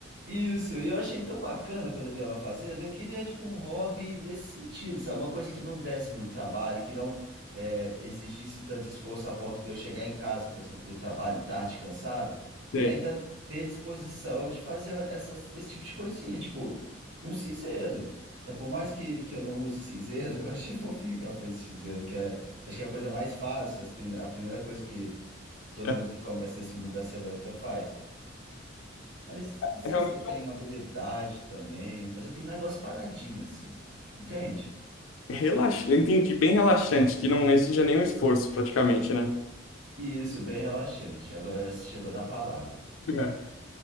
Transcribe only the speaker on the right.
Isso, e eu achei tão bacana quando eu vi ela fazendo. Eu queria, tipo, um hobby nesse sentido, sabe? Uma coisa que não desse muito trabalho, que não é, exigisse tanto esforço a ponto de eu chegar em casa, por exemplo, do trabalho tarde, cansado, e
ainda ter disposição de fazer essas, esse tipo de coisinha, tipo, um cinzeiro. Então, por mais que, que eu não use cinzeiro, <laughs> eu achei fofinho que ela fez esse cinzeiro, que é, acho que é a coisa mais fácil, as prime- a primeira coisa que todo
mundo que começa nesse mundo da cerâmica faz. Mas não sei
se eu tenho habilidade também, mas eu queria um negócio paradinho, assim. Entende?
E Isso, bem relaxante. Agora você chegou na palavra.